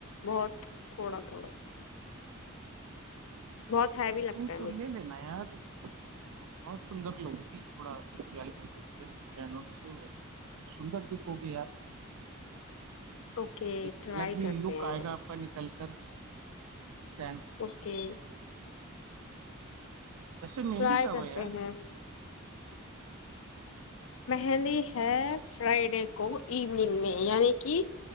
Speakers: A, on the left; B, on the right.
A: بہت تھوڑا تھوڑا بہت ہے بھی لگتا
B: نہیں تو لے لینا یار بہت سندر لوگوں کی تھوڑا خللے نا پانوںی تو ایک سندر دکھ ہوگی یار
A: اوکے
B: ایک
A: ٹرائی
B: الگلی
A: کرتے
B: لک
A: ہیں
B: آئے گا پر نکل کر سین
A: اوکے
B: جسے مہندی
A: ٹرائی
B: کاب
A: کرتے
B: ہے یار
A: ہیں مہندی ہے فرائیڈے کو ایوننگ میں یعنی کہ